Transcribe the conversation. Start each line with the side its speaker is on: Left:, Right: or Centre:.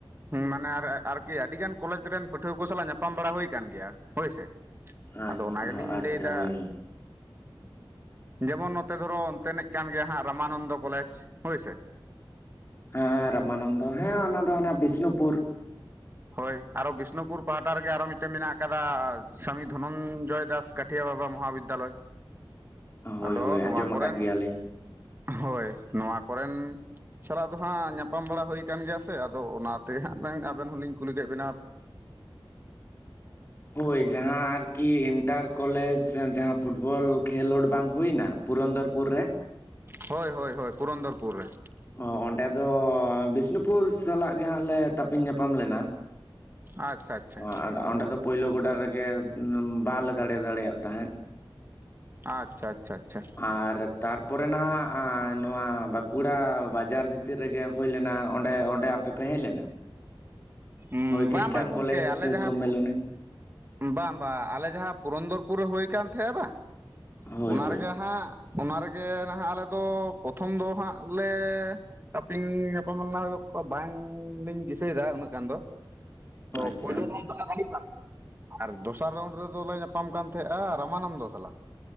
Right: ᱦᱮᱸ ᱢᱟᱱᱮ ᱟᱨᱠᱤ ᱟᱹᱰᱤ ᱜᱟᱱ ᱠᱚᱞᱮᱡᱽ ᱨᱮᱱ ᱯᱟᱹᱴᱷᱩᱣᱟᱹ ᱠᱚ ᱥᱟᱞᱟᱜ ᱧᱟᱯᱟᱢ ᱵᱟᱲᱟ ᱦᱩᱭ ᱟᱠᱟᱱ ᱜᱮᱭᱟ ᱦᱳᱭᱥᱮ᱾
Left: ᱟᱪᱪᱷᱟ
Right: ᱟᱫᱚ ᱚᱱᱟ ᱜᱮᱞᱤᱧ
Left: ᱟᱪᱪᱷᱟ
Right: ᱞᱟᱹᱭᱫᱟ᱾
Left: ᱦᱳᱭ ᱦᱳᱭ
Right: ᱡᱮᱢᱚᱱ ᱱᱚᱛᱮ ᱫᱷᱚᱨᱚ ᱚᱱᱛᱮᱱᱤᱡ ᱠᱟᱱ ᱜᱮᱭᱟ ᱦᱟᱸᱜ ᱨᱟᱢᱟᱱᱚᱱᱫᱚ ᱠᱚᱞᱮᱡᱽ ᱦᱳᱭ ᱥᱮ᱾
Left: ᱦᱮᱸ ᱨᱟᱢᱟᱱᱚᱱᱫᱚ ᱦᱮᱸ ᱚᱱᱟ ᱫᱚ ᱦᱟᱱᱟ ᱵᱤᱥᱱᱩᱯᱩᱨ᱾
Right: ᱦᱳᱭ ᱟᱨᱚ ᱵᱤᱥᱱᱩᱯᱩᱨ ᱯᱟᱦᱴᱟ ᱨᱮᱜᱮ ᱟᱨᱚ ᱢᱤᱫᱴᱮᱱ ᱢᱮᱱᱟᱜ ᱟᱠᱟᱫᱟ ᱥᱟᱢᱤ ᱫᱷᱚᱱᱚᱱᱡᱚᱭ ᱫᱟᱥ᱾ ᱠᱟᱴᱷᱤᱭᱟ ᱵᱟᱵᱟ ᱢᱚᱦᱟ ᱵᱤᱫᱽᱫᱟᱞᱚᱭ
Left: ᱦᱳᱭ
Right: ᱟᱫᱚ
Left: ᱦᱳᱭ
Right: ᱱᱚᱣᱟ
Left: ᱟᱸᱡᱚᱢ
Right: ᱠᱚᱨᱮᱱᱼᱼ
Left: ᱟᱠᱟᱫ ᱜᱮᱭᱟᱞᱤᱧ
Right: ᱦᱳᱭ ᱱᱚᱣᱟ ᱠᱚᱨᱮᱱ᱾ ᱥᱟᱞᱟᱜ ᱫᱚ ᱦᱟᱸᱜ ᱧᱟᱯᱟᱢ ᱵᱟᱲᱟ ᱦᱩᱭ ᱠᱟᱱ ᱜᱮᱭᱟ ᱥᱮ ᱟᱫᱚ ᱚᱱᱟ ᱛᱮ ᱜᱮ ᱦᱟᱸᱜ ᱟᱵᱮᱱ ᱦᱚᱸᱞᱤᱧᱼᱼ ᱠᱩᱞᱤ ᱠᱮᱫ ᱵᱤᱱᱟ᱾
Left: ᱦᱳᱭ ᱡᱟᱦᱟᱸ ᱟᱨᱼᱼ ᱠᱤ ᱤᱱᱴᱟᱨ ᱠᱚᱞᱮᱡᱽ ᱡᱟᱦᱟᱸ ᱯᱷᱩᱴᱵᱚᱞ ᱠᱷᱮᱞᱳᱰ ᱵᱟᱝ ᱦᱩᱭᱱᱟ ᱯᱩᱨᱚᱱᱫᱚᱨᱯᱩᱨ ᱨᱮᱼᱼ
Right: ᱦᱳᱭ ᱦᱳᱭ ᱦᱳᱭ ᱯᱩᱨᱚᱱᱫᱚᱨᱯᱩᱨ ᱨᱮ᱾
Left: ᱚ ᱚᱸᱰᱮ ᱫᱚ ᱵᱤᱥᱱᱩᱯᱩᱨ ᱥᱟᱞᱟᱜ ᱜᱮ ᱦᱟᱸᱜ ᱞᱮ ᱛᱟᱹᱯᱤᱧ ᱧᱟᱯᱟᱢ ᱞᱮᱱᱟ᱾
Right: ᱟᱪᱪᱷᱟ ᱟᱪᱪᱷᱟ
Left: ᱚ ᱚᱸᱰᱮ ᱫᱚ ᱯᱳᱭᱞᱳ ᱜᱚᱰᱟ ᱨᱮᱜᱮ ᱵᱟᱞᱮ ᱫᱟᱲᱮ ᱫᱟᱲᱮᱭᱟᱜ ᱛᱟᱦᱮᱸᱫ᱾
Right: ᱟᱪᱪᱷᱟ ᱟᱪᱪᱷᱟ ᱟᱪᱪᱷᱟ᱾
Left: ᱟᱨ ᱛᱟᱨᱯᱚᱨᱮ ᱱᱟᱦᱟᱜ ᱱᱚᱣᱟ ᱵᱟᱸᱠᱩᱲᱟ ᱵᱟᱡᱟᱨ ᱵᱷᱤᱛᱤᱨ ᱨᱮᱜᱮᱼᱼ ᱦᱩᱭ ᱞᱮᱱᱟ ᱚᱸᱰᱮ ᱚᱸᱰᱮ ᱟᱯᱮ ᱯᱮ ᱦᱮᱡ ᱞᱮᱱᱟ?
Right: ᱩ
Left: ᱦᱳᱭ ᱠᱷᱨᱤᱥᱴᱟᱱ
Right: ᱵᱟᱝ ᱵᱟᱝ ᱜᱚᱝᱠᱮ
Left: ᱠᱚᱞᱮᱡᱽ
Right: ᱟᱞᱮ
Left: ᱥᱮ
Right: ᱡᱟᱦᱟᱸᱼᱼ
Left: ᱥᱚᱢᱢᱮᱞᱚᱱᱮ
Right: ᱵᱟᱝ ᱵᱟᱝ ᱟᱞᱮ ᱡᱟᱦᱟᱸ ᱯᱩᱨᱚᱱᱫᱚᱨᱯᱩᱨ ᱨᱮ ᱦᱳᱭ ᱠᱟᱱ ᱛᱟᱦᱮᱸᱜᱼᱟ ᱵᱟᱝ
Left: ᱦᱳᱭ
Right: ᱚᱱᱟ
Left: ᱦᱳᱭ
Right: ᱨᱮᱜᱮ ᱦᱟᱸᱜᱼᱼ ᱚᱱᱟ ᱨᱮᱜᱮ ᱱᱟᱦᱟᱜ ᱟᱞᱮ ᱫᱚ ᱯᱨᱚᱛᱷᱚᱢ ᱫᱚ ᱦᱟᱸᱜ ᱞᱮᱼᱼ ᱛᱟᱯᱤᱧ ᱧᱟᱯᱟᱢ ᱞᱮᱱᱟ ᱦᱩᱭᱩᱜ ᱵᱟᱝᱞᱤᱧ ᱫᱤᱥᱟᱹᱭᱮᱫᱟ ᱩᱱᱟᱹᱜ ᱜᱟᱱ ᱫᱚ᱾ ᱛᱚ
Left: ᱟᱪᱪᱷᱟ
Right: ᱯᱳᱭᱞᱳ ᱨᱚᱱ ᱫᱚ ᱚᱱᱮ ᱨᱟᱱᱤᱵᱟᱫ ᱥᱮᱫᱼᱼ ᱟᱨ ᱫᱚᱥᱟᱨ ᱨᱟᱣᱩᱱᱰ ᱨᱮᱫᱚᱞᱮ ᱧᱟᱯᱟᱢ ᱠᱟᱱ ᱛᱟᱦᱮᱸᱜᱼᱟ ᱨᱟᱟᱢᱟᱱᱚᱱᱫᱚ ᱥᱟᱞᱟᱜ᱾